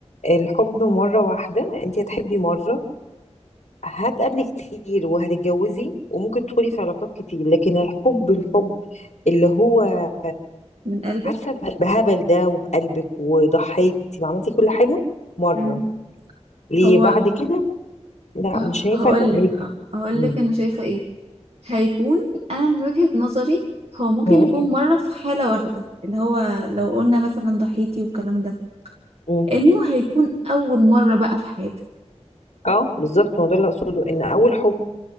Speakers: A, on the left; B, on the right.
A: الحب مرة واحدة انت هتحبي مرة هتقابلي كتير وهتتجوزي وممكن تدخلي في علاقات كتير لكن الحب الحب اللي هو
B: من قلبك
A: عارفة به- بهبل ده وبقلبك وضحيتي وعملتي كل حاجة مرة
B: امم
A: ليه
B: هو
A: بعد كده لا
B: ه-
A: مش هينفع
B: هقولك
A: تعملي كده
B: هقولك
A: مم.
B: انا شايفة ايه هيكون انا من وجهة نظري هو ممكن
A: مم.
B: يكون مرة في حالة واحدة اللي هو لو قلنا مثلا ضحيتي والكلام ده
A: مم.
B: انه هيكون اول مره بقى في حياتي
A: اه بالظبط ما هو ده اللي اقصده ان اول حب